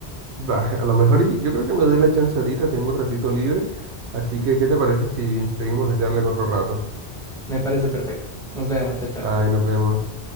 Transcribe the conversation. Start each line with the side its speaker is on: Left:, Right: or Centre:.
Right: Va, a lo mejor y- yo creo que me doy la chance ahorita, tengo un ratito libre, así que ¿qué te parece si seguimos la charla en otro rato?
Centre: Me parece perfecto. Nos vemos, chao, chao.
Right: Ay, nos vemos.